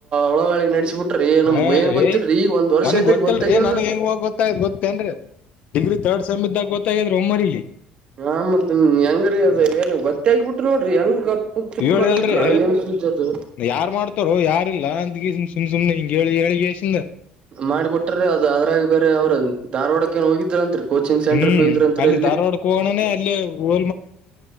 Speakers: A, on the right; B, on the left.
A: ಒಳಗಗ್ ನಡಸಿಬಿಟ್ರಿ ನಮ್
B: ಹ
A: ಏನ್
B: ಹೇ
A: ಗೊತ್ತಿರಿ ಈಗ ಒಂದ್ ವರ್ಷ
B: ನನ್ಗ್
A: ಐತ್ರಿ
B: ಗೊತ್ತಿಲ್ರಿ
A: ಗೊತ್ತಾಗ್ಯದ
B: ನನ್ಗೆ ಹೆಂಗ ಹೋಗ್ ಗೊತ್ತಾಯ್ ಗೊತ್ತೇನ್ರಿ ಡಿಗ್ರಿ ತರ್ಡ್ ಸೆಮ್ ಇದ್ದಾಗ್ ಗೊತ್ತಾಗಿದ್ರೆ ಒಮ್ಮರಿಲಿ
A: ಹ ಹ್ಮ ಹೆಂಗ್ರೀ ಅದ ಏನ್ ಗೊತ್ತ ಆಗಬಿಟ್ರ ನೋಡ್ರಿ ಹೆಂಗ ಗಪ್ಪು ತುಪ್ಪ
B: ಹೇಳಲ್ರಿ
A: ಮಾಡಿಬಿಟ್ರ ಏನ್ ಸುದಜ ಅದು
B: ಯಾರ್ ಮಾಡ್ತಾರೋ ಯಾರ ಇಲ್ಲ ಅಂತ ಗೀಸ ಸುಮ್ ಸುಮನೆ ಹಿಂಗಗೆ ಹೇಳಿ ಹೇಳಿಗಸಿಂದ
A: ಮಾಡ್ಬ ಬಿಟ್ರ ಅದ ಅದ್ರಾಗ ಬೇರೆ ಅವ್ರ ಧಾರವಾಡಕ್ಕ ಏನ್ ಹೋಗಿದ್ರಂತ್ರಿ ಕೋಚಿಂಗ್ ಸೆಂಟರ್
B: ಹ್ಮ್
A: ಹೋಗಿದ್ರಂತ್ರಿ,
B: ಅಲ್ಲಿ ಧಾರ್ವಾಡ್ ಕ ಹೋಗೋಣೇ ಅಲ್ಲಿ ಹ